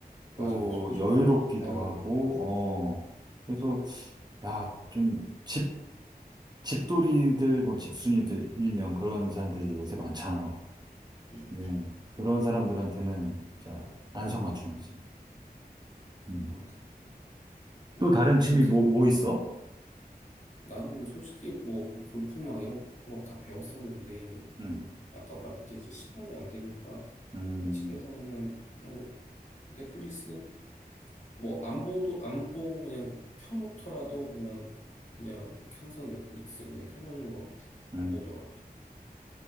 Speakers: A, on the left (about 45°); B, on the right (about 25°).
A: 맞아,
B: 또
A: 맞아, 맞아.
B: 여유롭기도
A: 다양하게
B: 하고
A: 있고, 그죠, 그죠.
B: 어 그래서 야좀집 집돌이들 뭐 집순이들 일명 그런 사람들이 요새 많잖아.
A: 음,
B: 네
A: 그죠.
B: 그런 사람들한테는 진짜 안성맞춤이지. 음.
A: 그니까 뭐,
B: 또 다른
A: OTT.
B: 취미 뭐 뭐 있어?
A: 나는 솔직히 뭐, 골프 막 이런 거 다 배웠었는데,
B: 음,
A: 아까 말했듯이 시간이 안 되니까,
B: 음,
A: 그냥 집에서 그냥, 그냥 뭐 넷플릭스, 뭐, 안 보도, 안 보고 그냥 켜놓더라도 그냥, 그냥 항상 넷플릭스 그냥 켜놓는 것 같아.
B: 음.
A: 안 보더라도.